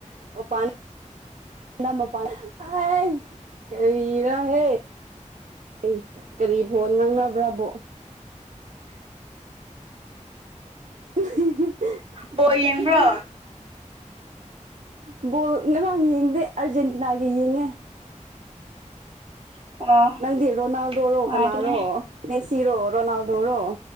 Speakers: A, on the right; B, on the right.
A: ꯄꯅꯤ ꯅꯃ ꯄ ꯍꯥꯏ ꯀꯔ ꯍꯦ ꯑꯩ ꯀꯔꯤꯕ ꯐꯣ ꯉꯥꯡꯅꯕ꯭ꯔꯥꯕꯣ <inaudible>
B: ꯕꯣ ꯌꯦꯡꯕ꯭ꯔꯣ
A: ꯎꯝ ꯕꯣ ꯉꯔꯥꯡ ꯌꯦꯡꯗꯦ ꯑꯔꯖꯦꯟꯇꯤꯅꯥꯒꯤ ꯌꯦꯡꯉꯦ
B: ꯑꯣ
A: ꯅꯪꯗꯤ ꯔꯣꯅꯥꯜꯗꯣꯔꯣ
B: ꯅꯨꯡꯉꯥꯏꯕꯅꯦ
A: ꯀꯅꯥꯔꯣ ꯃꯦꯁꯤꯔꯣ ꯔꯣꯅꯥꯜꯗꯔꯣ